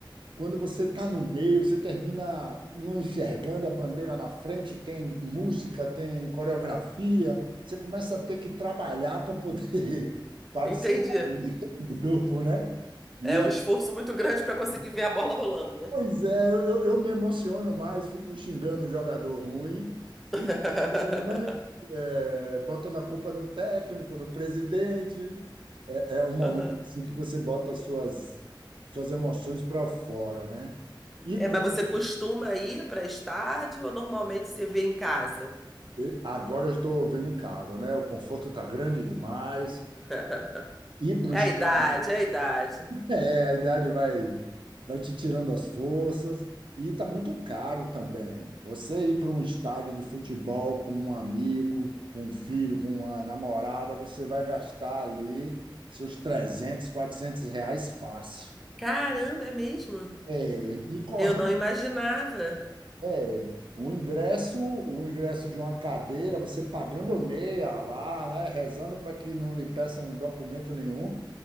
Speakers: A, on the right; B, in the centre.
A: quando você está no meio, você termina não enxergando a bandeira na frente, tem música, tem coreografia, você começa a ter que trabalhar para poder <laughs> participar
B: Entendi.
A: do grupo, né? E
B: É um esforço muito grande para conseguir ver a bola rolando, né?
A: Pois é, eu, eu, eu me emociono mais, fico xingando um jogador ruim e
B: <laughs>
A: né, é, botando a culpa no técnico, no presidente. É, é um momento
B: Aham.
A: assim que você bota as suas, suas emoções para fora, né? E
B: É,
A: com-
B: mas você costuma ir para estádio ou normalmente você vê em casa?
A: e agora eu estou vendo em casa, né? O conforto está grande demais.
B: <laughs>
A: Ir para
B: É
A: o
B: a idade, é a idade.
A: É, a idade vai, vai te tirando as forças e tá muito caro também. Você ir para um estádio de futebol com um amigo, com um filho, com uma namorada, você vai gastar ali seus 300, 400 reais fácil.
B: Caramba, é mesmo?
A: É, e correndo,
B: Eu não imaginava.
A: é, o ingresso, o ingresso de uma cadeira, você pagando meia lá, né, rezando para que não lhe peçam documento nenhum.